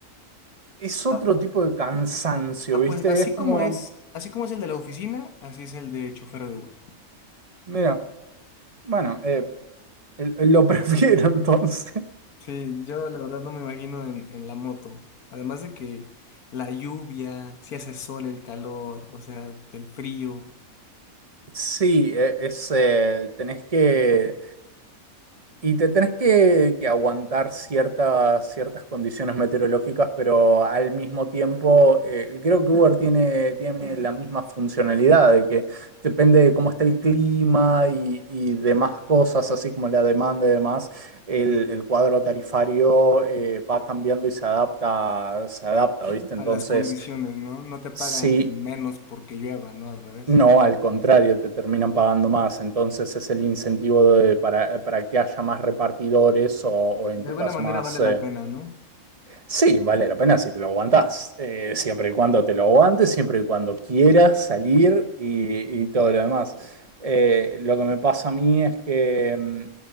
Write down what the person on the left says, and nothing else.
ah,
ah,
pues así
como es, así como es el de la oficina, así es el de chofer de Uber.
Sí, yo la verdad no me imagino en, en la moto. Además de que la lluvia, si hace sol, el calor, o sea, el frío,
a
las condiciones, ¿no? No te pagan
menos porque llueva, ¿no? Al revés.
De
alguna
manera
vale la
pena, ¿no?